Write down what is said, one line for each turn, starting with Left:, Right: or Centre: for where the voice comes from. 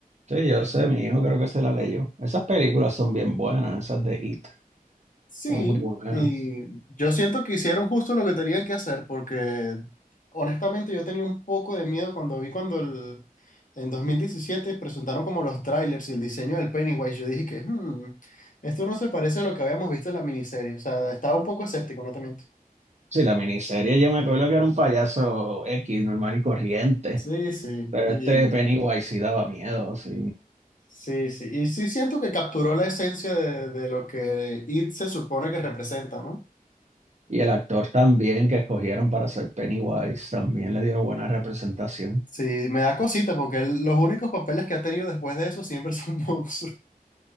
Right: Sí, yo sé, mi hijo creo que se la leyó. Esas películas son bien buenas, esas de It,
Left: Sí,
Right: son muy buenas.
Left: y yo siento que hicieron justo lo que tenían que hacer, porque honestamente yo tenía un poco de miedo cuando vi cuando el, en 2017 presentaron como los trailers y el diseño del Pennywise. Yo dije que "Hmm, esto no se parece a lo que habíamos visto en la miniserie. O sea, estaba un poco escéptico, no te miento.
Right: Sí, la miniserie yo me acuerdo que era un payaso X, normal y corriente,
Left: Sí, sí,
Right: pero
Left: y,
Right: este Pennywise sí daba miedo, sí.
Left: sí, sí. Y sí siento que capturó la esencia de, de lo que It se supone que representa, ¿no?
Right: Y el actor también que escogieron para ser Pennywise también le dio buena representación.
Left: Sí, me da cosita porque él- los únicos papeles que ha tenido después de eso siempre <laughs> son monstruos.